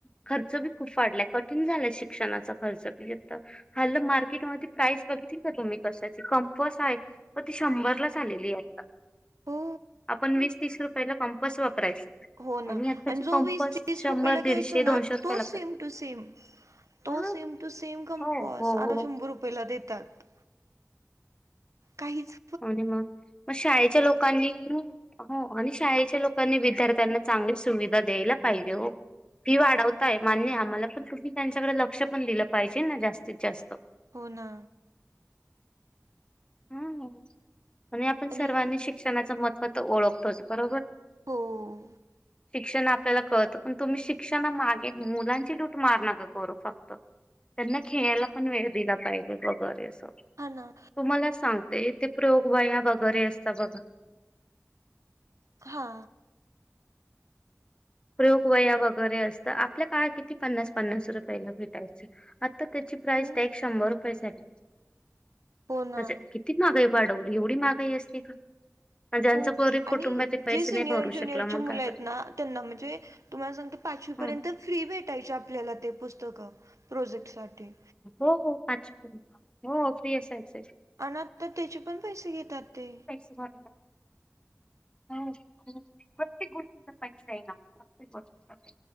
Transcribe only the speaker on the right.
हो
हो ना
आणि जो
वीस, तीस
रुपयेला घ्यायचो
ना
तोच
Same to same. तो
सेम टू सेम कम्पॉस
आता
शंभर रुपय पेला देतात काहिच
होना.
आणि
हो
हा न.
हा.
हो
हो ना
हो
आणि
जे सिनियर
ज्युनियरची
मुलं
आहेत
ना त्यांना म्हणजे तुम्हाला सांगते पाचवी पर्यंत
फ्री भेटायची आपल्याला ते पुस्तक प्रोजेक्टसाठी.
आता तर त्याचे पण पैसे घेतात ते.